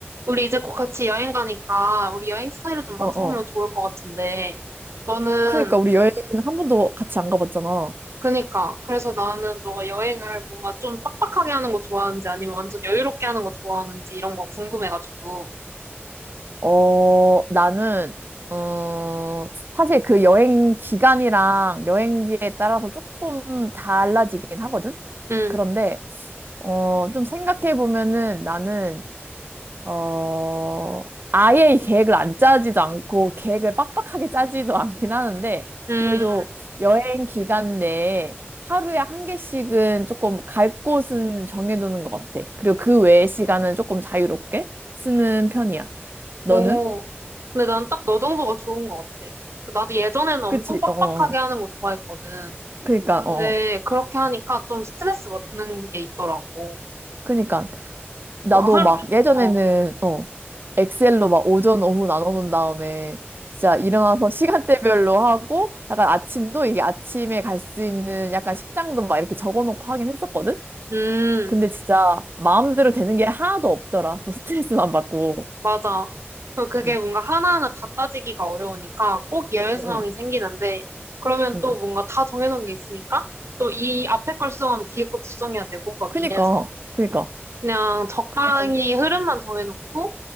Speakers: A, on the right; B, on the right.
A: 우리 이제 곧 같이 여행 가니까 우리 여행 스타일을 좀 맞춰보면
B: 어, 어.
A: 좋을 것 같은데 너는
B: 그러니까 우리 여행 한 번도 같이 안 가봤잖아.
A: 그니까 그래서 나는 너가 여행을 뭔가 좀 빡빡하게 하는 거 좋아하는지 아니면 완전 여유롭게 하는 거 좋아하는지 이런 거 궁금해가지고
B: 어, 나는, 어, 사실 그 여행 기간이랑 여행지에 따라서 조금 달라지긴 하거든?
A: 응,
B: 그런데, 어, 좀 생각해 보면은 나는 어, 아예 이 계획을 안 짜지도 않고 계획을 빡빡하게 짜지도 않긴 하는데
A: 음,
B: 그래도 여행 기간 내에 하루에 한 개씩은 조금 갈 곳은 정해두는 것 같아. 그리고 그 외의 시간은 조금 자유롭게 쓰는 편이야. 너는?
A: 오. 근데 난 딱 너 정도가 좋은 것 같아. 나도 예전에는 엄청
B: 그치?
A: 빡빡하게
B: 어, 어.
A: 하는 거 좋아했거든.
B: 그니까,
A: 근데
B: 어.
A: 그렇게 하니까 좀 스트레스 받는 게 있더라고.
B: 그니까. 나도
A: 막 하루,
B: 막 예전에는
A: 어.
B: 어 엑셀로 막 오전 오후 나눠놓은 다음에 진짜 일어나서 <laughs> 시간대별로 하고 약간 아침도 이게 아침에 갈 수 있는 약간 식당도 막 이렇게 적어놓고 하긴 했었거든.
A: 음.
B: 근데 진짜 마음대로 되는 게 하나도 없더라. 더 스트레스만 받고.
A: 맞아. 그리고 그게
B: 응,
A: 뭔가 하나하나 다 따지기가 어려우니까 꼭 예외
B: 응,
A: 상황이
B: 응.
A: 생기는데, 그러면
B: 응.
A: 또 뭔가 다 정해놓은 게 있으니까, 또 이 앞에 걸 수정하면 뒤에 것도 수정해야 되고, 막
B: 그니까,
A: 이래서.
B: 그니까.
A: 그냥 적당히
B: 그래가지고,
A: 흐름만 정해놓고,